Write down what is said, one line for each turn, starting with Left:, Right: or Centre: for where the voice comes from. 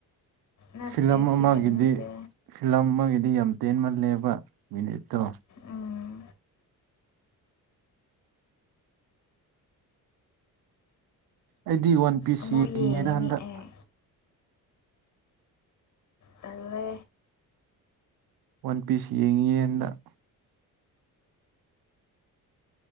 Left: ꯅꯠꯇꯦ
Right: ꯐꯤꯂꯝ ꯑꯃꯒꯤꯗꯤ
Left: ꯁꯤꯒ ꯅꯠꯇꯦ
Right: ꯐꯤꯂꯝ ꯑꯃꯒꯤꯗꯤ ꯌꯥꯝ ꯇꯦꯟꯃꯜꯂꯦꯕ ꯃꯤꯅꯤꯠ ꯇꯣ
Left: ꯎꯝ
Right: ꯑꯩꯗꯤ ꯋꯥꯟ ꯄꯤꯁ
Left: ꯑꯃꯨꯛ
Right: ꯌꯦꯡꯉꯦꯅ
Left: ꯌꯦꯡꯉꯤꯅꯤ
Right: ꯍꯟꯗꯛ
Left: ꯑꯦ ꯇꯜꯂꯦ
Right: ꯋꯥꯟ ꯄꯤꯁ ꯌꯦꯡꯉꯤꯌꯦ ꯍꯟꯗꯛ